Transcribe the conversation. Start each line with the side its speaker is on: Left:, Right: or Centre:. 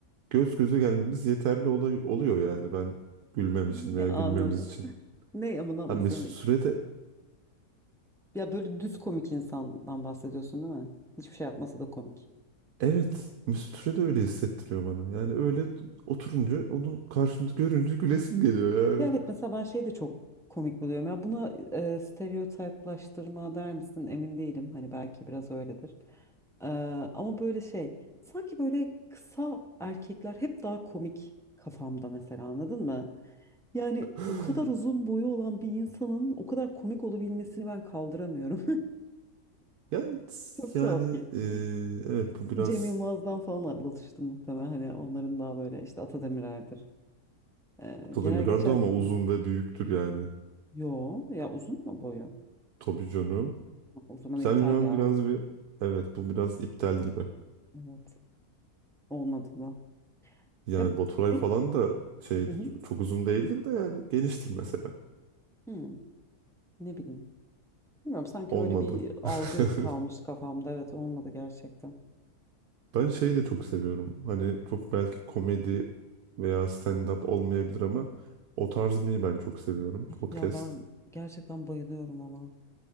Right: Göz göze gelmemiz yeterli olay, oluyor yani ben gülmem için
Centre: Ne
Right: veya
Centre: anladım.
Right: gülmemiz için.
Centre: Ne amına mesela
Right: Ha, Mesut Süre de
Centre: Ya böyle düz komik insandan bahsediyorsun değil mi? Hiçbir şey yapmasa da komik.
Right: evet Mesut Süre de öyle hissettiriyor bana. Yani öyle oturunca onu karşımda görünce gülesim geliyor
Centre: Ya
Right: yani.
Centre: evet mesela ben şeyi de çok komik buluyorum. Ya buna e, stereotiplaştırma der misin emin değilim. Hani belki biraz öyledir. E, ama böyle şey sanki böyle kısa erkekler hep daha komik kafamda mesela anladın mı? Yani
Right: <laughs>
Centre: o kadar uzun boyu olan bir insanın o kadar komik olabilmesini ben kaldıramıyorum.
Right: Yani
Centre: <laughs> Çok
Right: yani
Centre: tuhaf geliyor.
Right: e, evet bu biraz
Centre: Cem Yılmaz'dan falan alıştım muhtemelen. Hani onların daha böyle işte Atademir'lerdir. Ee,
Right: Atademirer'di
Centre: genel geçer
Right: ama uzun
Centre: bir-
Right: ve büyüktür yani.
Centre: yo ya uzun mu boyu?
Right: Tabii canım.
Centre: Ha, O zaman
Right: Sen
Centre: iptal
Right: şu an
Centre: ya.
Right: biraz bir... Evet bu biraz iptal gibi.
Centre: Evet. Olmadı mı?
Right: Yani
Centre: Ya
Right: Baturay
Centre: benim
Right: falan da şeydi
Centre: Hı hı.
Right: çok uzun değildir de yani geniştir mesela.
Centre: Hı, ne bileyim. Bilmiyorum sanki
Right: Olmadı.
Centre: öyle bir algı
Right: <laughs>
Centre: kalmış kafamda. Evet olmadı gerçekten.
Right: Ben şeyi de çok seviyorum. Hani çok belki komedi veya stand-up olmayabilir ama o tarzmayı ben çok seviyorum. Podcast.
Centre: Ya ben gerçekten bayılıyorum ona.